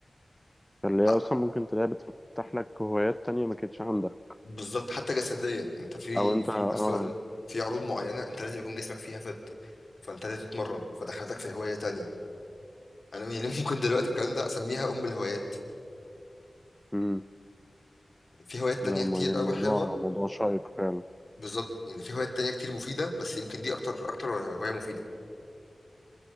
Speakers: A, in the centre; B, on the left (about 60°).
A: فاللي هي
B: ح-
A: أصلا ممكن تلاقيها بتفتح لك هوايات تانية ما كانتش عندك
B: بالظبط حتى جسديا انت في
A: أو أنت
B: في
A: آه
B: مثلا في عروض معينه انت لازم يكون جسمك فيها فت فانت لازم تتمرن فدخلتك في هوايه تانية انا يعني <laughs> ممكن دلوقتي الكلام ده اسميها ام الهوايات
A: مم.
B: في هوايات تانية
A: ده ما-
B: كتير
A: يعني
B: قوي
A: موضوع
B: حلوه
A: موضوع شيق فعلا
B: بالظبط يعني في هوايات تانية كتير مفيده بس يمكن دي اكتر اكتر هوايه مفيده